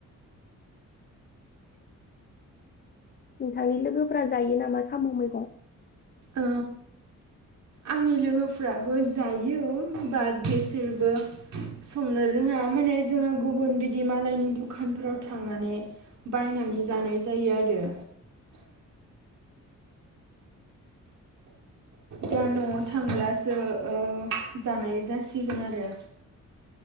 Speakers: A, on the left; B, on the right.
A: नोंथांनि लोगोफोरा जायो नामा साम' मैगं?
B: ओ आंनि लोगोफ्राबो जायो बात बेसोरबो संनो रोङा माने जोङो गुबुन बिदि मालायनि दुखानफोराव थांनानै बायनानै जानाय जायो आरो। दा न'आव थांब्लासो ओ जानाय जासिगोन आरो।